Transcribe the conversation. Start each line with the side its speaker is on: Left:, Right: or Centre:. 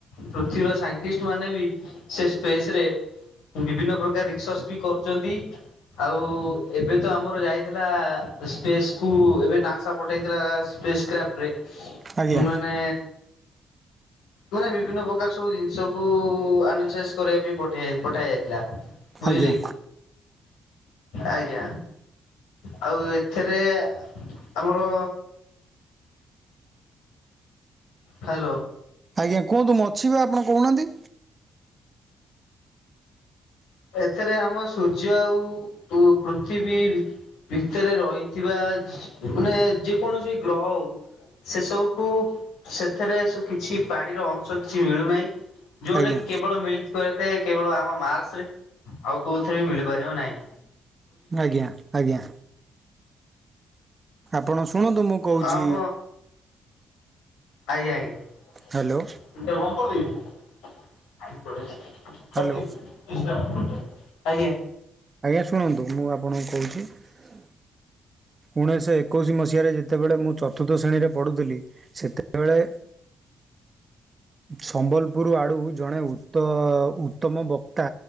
Left: ପୃଥିବୀର ସାଇଣ୍ଟିଷ୍ଟ ମାନେ ବି ସେ ସ୍ପେସ୍‌ ରେ ବିଭିନ୍ନ ପ୍ରକାର ରିସର୍ଚ ବି କରଚନ୍ତି ଆଉ ଏବେ ତ ଆମର ଯାଇ ଥିଲା ସ୍ପେସ କୁ ଏବେ ନାସା ପଠେଇଥିଲା। ସ୍ପେସ କ୍ରାଫ୍ଟ ରେ
Right: ଆଜ୍ଞା
Left: ମାନେ ମାନେ। ବିଭିନ୍ନ ପ୍ରକାର ସବୁ ଜିନିଷକୁ ଆନାଲିସାଇସ୍ କରିବା ପାଇଁ ପଠା ଯାଇଥିଲା। ବୁଝିଲି
Right: ଆଜ୍ଞା
Left: ଆଜ୍ଞା। ଆଉ ଏଥେରେ ଆମ୍‌ର। ହାଲୋ।
Right: ଆଜ୍ଞା କୁହନ୍ତୁ ମୁଁ ଅଛି ବା ଆପଣ କହୁ ନାହାନ୍ତି।
Left: ଏଥେରେ ଆମ ସୂର୍ଯ୍ୟ ଆଉ ପୃଥିବୀ ଭିତରେ ରହିଥିବା। ମାନେ ଯେକୌଣସି ଗ୍ରହ ହଉ ସେସବୁକୁ ସେଥିରେ କିଛି ପାଣିର ଅଂଶ କିଛି ମିଳୁନାହିଁ। ଯଉଟା
Right: ଆଜ୍ଞା
Left: ଟା କି କେବେଳ ମିଳିପା। କେବଳ ଆମ ମାର୍ସରେ ଆଉ କୋଉଥିରେ ବି ମିଳିପାରିବ ନହିଁ।
Right: ଆଜ୍ଞା ଆଜ୍ଞା। ଆପଣ ଶୁଣନ୍ତୁ ମୁଁ କହୁଛି।
Left: ଆମ ଆଜ୍ଞା ଆଜ୍ଞ। ଏଇଟା
Right: ହ୍ୟାଲୋ
Left: ହାଁଅ କରିଦେବି। ଆ ପରା ସେ
Right: ହ୍ୟାଲୋ
Left: କରିଦେବି ଆଜ୍ଞା
Right: ଆଜ୍ଞା ଶୁଣନ୍ତୁ ମୁଁ ଆପଣଙ୍କୁ କହୁଛି। ଉଣେଇଶ ଏକୋଇଶି ମସି ଓଶଆରେ ଯେତେବେଳେ ମୁଁ ଚତୁର୍ଥ ଶ୍ରେଣୀରେ ପଢ଼ୁଥିଲି ସେତେବେଳେ। ସମ୍ବଲପୁର ଆଡ଼ୁ ଜଣେ ଉତ ଉତ୍ତମ ବକ୍ତା